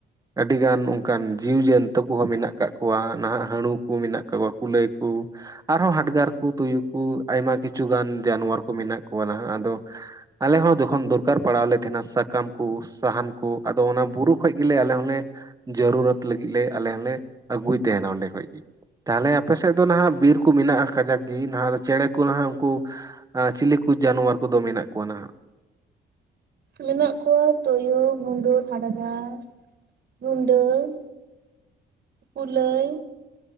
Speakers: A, on the right (about 15°); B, on the right (about 55°).
A: ᱟᱹᱰᱤ ᱜᱟᱱ ᱚᱱᱠᱟᱱ ᱡᱤᱣᱡᱟ. ᱱᱛᱩ ᱠᱚᱦᱚᱸ ᱢᱮᱱᱟᱜ ᱟᱠᱟᱜ ᱠᱚᱣᱟ ᱱᱟᱦᱟᱜ ᱦᱟ. ᱬᱩ ᱠᱚ ᱢᱮᱱᱟᱜ ᱟᱠᱟ ᱠᱚᱣᱟ ᱠᱩᱞᱟᱹᱭ ᱠᱚ ᱟᱨᱦᱚᱸ ᱦᱟᱰᱜᱟᱨ ᱠᱚ ᱛᱩᱭᱩ ᱠᱚ ᱟᱭᱢᱟ ᱠᱤᱪᱷᱩ ᱜᱟᱱ ᱡᱟᱱᱣᱟᱨ ᱠᱚ ᱢᱮᱱᱟᱜ ᱠᱚᱣᱟ ᱱᱟᱦᱟᱜ ᱟᱫᱚ ᱟᱞᱮ ᱦᱚᱸ ᱡᱚᱠᱷᱚᱱ ᱫᱚᱨᱠᱟᱨ ᱯᱟᱲᱟᱣᱟᱞᱮ ᱛᱟᱦᱮᱱᱟ ᱥᱟᱠᱟᱢ ᱠᱚ ᱥᱟᱦᱟᱱ ᱠᱚ ᱟᱫᱚ ᱚᱱᱟ ᱵᱩᱨᱩ ᱠᱷᱚᱡ ᱜᱮᱞᱮ ᱟᱞᱮ ᱦᱚᱸᱞᱮ ᱡᱟᱹᱨᱩᱨᱟᱛ ᱞᱟᱹᱜᱤᱫ ᱞᱮ ᱟᱞᱮ ᱦᱚᱸᱞᱮ ᱟᱹᱜᱩᱭ ᱛᱟᱦᱮᱱᱟ ᱚᱸᱰᱮ ᱠᱷᱚᱡ ᱜᱮ᱾ ᱛᱟᱦᱚᱞᱮ ᱟᱯᱮ ᱥᱮᱫ ᱫᱚ ᱱᱟᱦᱟᱜ ᱵᱤᱨ ᱠᱚ ᱢᱮᱱᱟᱜᱼᱟ ᱠᱟᱡᱟᱠ ᱜᱮ ᱱᱟᱦᱟᱜ ᱫᱚ ᱪᱮᱬᱮ ᱠᱚ ᱱᱟᱦᱟᱜ ᱩᱱᱠᱩ ᱪᱤᱞᱤ ᱠᱚ ᱡᱟᱱᱣᱟᱨ ᱠᱚᱫᱚ ᱢᱮᱱᱟᱜ ᱠᱚᱣᱟ ᱱᱟᱦᱜ?
B: ᱢᱮᱱᱟᱜ ᱠᱚᱣᱟ ᱛᱩᱭᱩ ᱜᱩᱸᱫᱩᱨ ᱦᱟᱰᱜᱟᱨ ᱨᱩᱰᱟᱹ ᱾ ᱠᱩᱞᱟᱹᱭ